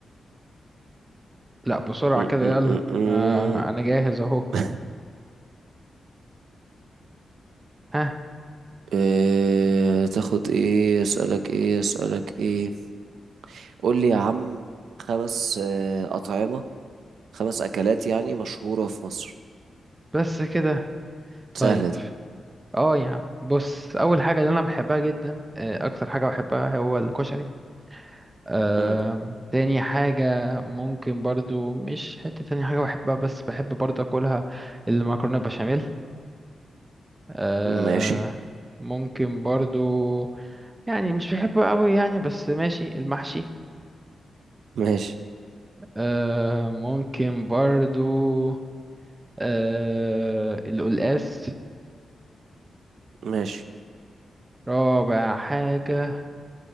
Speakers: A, on the right; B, on the right.
A: لا بسرعة
B: م-
A: كده
B: م-
A: يلا
B: م-
A: انا
B: م.
A: انا جاهز اهو
B: <laughs>
A: ها
B: آه، تاخد ايه اسألك ايه اسألك ايه قول لي يا عم خمس آه، أطعمة خمس أكلات يعني مشهورة في مصر
A: بس كده طيب
B: سهلة دي
A: اه يا عم بص اول حاجة اللي انا بحبها جدا آه، اكتر حاجة بحبها هو الكشري آم،
B: مم.
A: تاني حاجة ممكن برضو مش حتة تاني حاجة بحبها بس بحب برضو أكلها المكرونة بشاميل آه،
B: ماشي
A: ممكن برضو يعني مش بحبه قوي يعني بس ماشي المحشي
B: ماشي
A: آه، ممكن برضو آه، القلقاس
B: ماشي
A: رابع حاجة